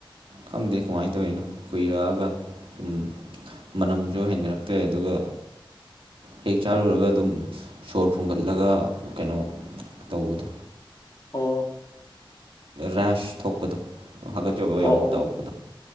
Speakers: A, on the right; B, on the left.
A: ꯈꯪꯗꯦ ꯀꯃꯥꯏꯅ ꯇꯧꯔꯤꯅꯣ ꯀꯨꯏꯔꯛꯑꯒ ꯎꯝ ꯃꯅꯝꯖꯨ ꯍꯩꯅꯔꯛꯇꯦ ꯑꯗꯨꯒ ꯍꯦꯛ ꯆꯥꯔꯨꯔꯒ ꯑꯗꯨꯝ ꯁꯣꯔ ꯐꯨꯟꯒꯠꯂꯒ ꯀꯩꯅꯣ ꯇꯧꯕꯗꯣ
B: ꯑꯣ
A: ꯔꯦꯁ ꯊꯣꯛꯄꯗꯣ ꯍꯥꯒꯠ ꯕ
B: ꯑꯣ
A: ꯌꯥꯝ
B: ꯑꯣ ꯑꯣ
A: ꯇꯧꯕꯗꯣ